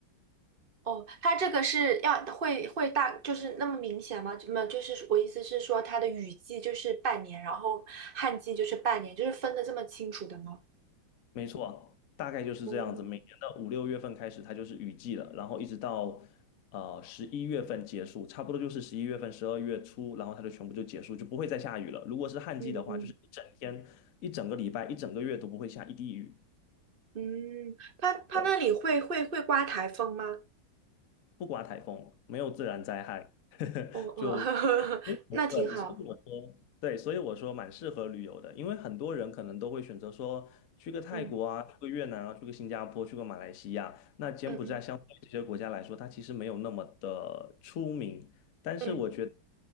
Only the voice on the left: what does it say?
没错，大概就是这样子。
每年的五六月份开始，它就是雨季了，然后一直到呃十一月份结束，差不多就是十一月份、十二月初，然后它就全部就结束，就不会再下雨了。如果是旱季的话，
就是一整天、一整个礼拜、一整个月都不会下一滴雨。
对不刮台风，没有自然灾害，<laughs> 呵呵，
就
都不会。
所以我说对，所以我说蛮适合旅游的，因为很多人可能都会选择说去个泰国啊，
去个越南啊，去个新加坡，去个马来西亚。那柬埔寨相对这些国家来说，
它其实没有那么的出名，但是我觉得